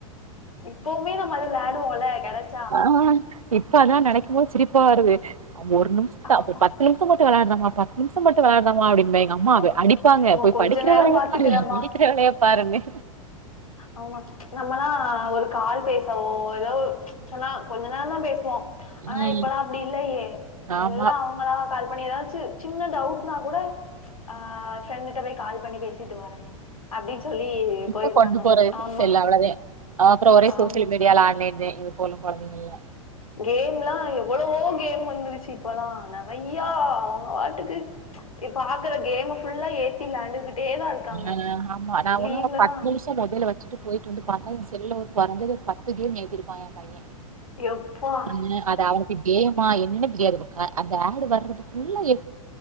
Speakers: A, on the left; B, on the right.
A: இப்பவுமே நம்ம அது வெளயாடுவோல கெடச்
B: ஆஹ் இப்ப அதலா நெனைக்கும் போ சிரிப்பா வருது <unintelligible> ஒரு நிமிஷதா
A: ஆமா
B: பத்து நிமிஷ போட்டு வெளாடுறா மா பத்து நிமிஷம் மட்டு வெளாடுறேமா அப்டின்னு அதுல எங்க அம்மா
A: ஆமா
B: அடிப்பாங்க
A: மா
B: போய்
A: கொஞ்ச
B: படிக்கிற
A: நேரோ
B: வேலைய
A: பாத்துக்கறமா
B: பாரு படிக்கிற வேலைய பாருன்னு
A: ஆமா நம்மல்லா ஒரு கால் பேசாவோ ஏதோ ஒ சொன்னா கொஞ்ச நேரந்தா பேசுவோ ஆனா
B: ம்.
A: இப்பலா அப்டி இல்லையே
B: ஆமா
A: எல்லா அவங்களா கால் பண்ணி ஏதாச்சு சின்ன டவுட்னா கூட ஆஹ் ஃப்ரெண்டிட்ட போய் கால் பண்ணி பேசிட்டு வரே அப்டின் சொல்லி போயிடுறாங்க
B: ப்போ கொண்டு போறதுக்கு
A: ஆமா
B: செல் அவ்ளோதெ அப்புறோ ஒரே சோஷியல்
A: ஆமா
B: மீடியால ஆன்லைன்னு இது போலு குழந்தைங்கள்ளா
A: கேம்லாம் எவ்வளவோ கேம் வந்துருச்சு இப்பல்லாம் நெறையா அவங்க பாட்டுக்கு இப்ப கேம் ஃபல்லா ஏ லாண்டுகிட்டே தான் இருக்காங்க
B: ஆ ஆமா நா
A: லீவ்லல்லா
B: ஒன்னு பத்து நிமிஷோ மொபைல வச்சுட்டு போயிட்டு வந்து பார்த்தா என் செல்ல குறைஞ ஒரு பத்து கேம் ஏதிருப்பான் அ
A: எப்பா
B: அது அவருக்கு கேமா <unintelligible> அந்த அடு வர்றதுல்லா ஏ